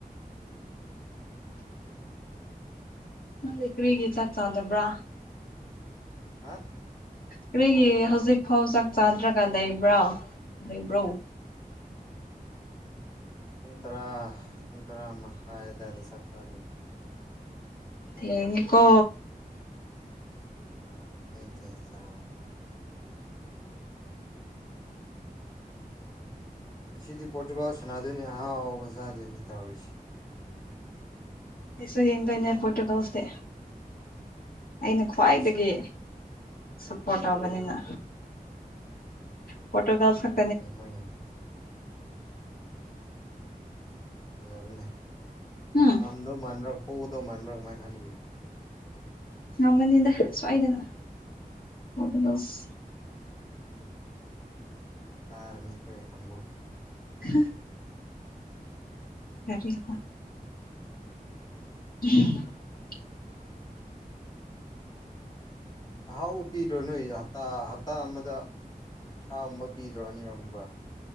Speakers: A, on the left; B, on the left.
A: ꯅꯪꯗꯤ ꯀꯔꯤꯒꯤ ꯆꯥꯛ ꯆꯥꯗꯕ꯭ꯔꯥ
B: ꯍꯥ
A: ꯀꯔꯤꯒꯤ ꯍꯧꯖꯤꯛ ꯐꯥꯎ ꯆꯥꯛ ꯆꯥꯗ꯭ꯔꯒ ꯂꯩꯕ꯭ꯔꯥ ꯂꯩꯕ꯭ꯔꯣ
B: ꯄꯨꯡ ꯇꯔꯥ ꯄꯨꯡ ꯇꯔꯥ ꯃꯈꯥꯏ ꯑꯗꯨꯋꯥꯏꯗ ꯆꯥꯛ ꯆꯥꯗꯣꯏꯅꯤ
A: ꯊ‌ꯦꯡꯉꯤꯀꯣ
B: ꯑ ꯊ‌ꯦꯡ ꯊ‌ꯦꯡ ꯆꯥ ꯉꯁꯤꯗꯤ ꯄꯣꯔꯇꯨꯒꯥꯜ ꯁꯥꯟꯅꯗꯣꯏꯅꯤ ꯑꯍꯥꯎ ꯑꯍꯥꯎꯕ ꯆꯥꯗꯣꯏꯅꯤ ꯇꯧꯔꯤꯁꯤ
A: ꯑꯩꯁꯨ ꯌꯦꯡꯗꯣꯏꯅꯦ ꯄ‌ꯣꯔꯇꯨꯒꯜꯁꯇꯤ ꯑꯩꯅ
B: ꯅꯪꯁꯨ
A: ꯈ꯭ꯋꯥꯏꯗꯒꯤ ꯁꯞꯄꯣꯔꯠ ꯇꯧꯕꯅꯤꯅ ꯄ‌ꯣꯔꯇꯨꯒꯜꯁꯈꯛ
B: <unintelligible> ꯑꯥ ꯐꯖꯕꯅꯦ
A: ꯎꯝ
B: ꯉꯝꯗꯧ ꯃꯥꯟꯕ꯭ꯔꯥ ꯄ‌ꯣꯗꯧ ꯃꯥꯟꯕ꯭ꯔꯥ ꯀꯃꯥꯏꯅ ꯈꯟꯒꯦ
A: ꯉꯝꯒꯅꯤꯗ ꯁ‌ꯣꯏꯗꯅ ꯄ‌ꯣꯔꯇꯨꯒꯜꯁ
B: ꯀꯥꯔ ꯃꯤ ꯈꯣꯏ ꯀꯥꯡꯕꯨ
A: ꯍꯥ ꯌꯥꯔꯤ ꯄ‌ꯣꯠ <unintelligible>
B: ꯑꯍꯥꯎꯕ ꯄꯤꯗ꯭ꯔꯣ ꯅꯣꯏ ꯍꯞꯇꯥ ꯍꯞꯇꯥ ꯑꯃꯗ ꯁꯥꯒꯨꯝꯕ ꯄꯤꯗ꯭ꯔꯣ ꯑꯅꯤꯔꯛꯒꯨꯝꯕ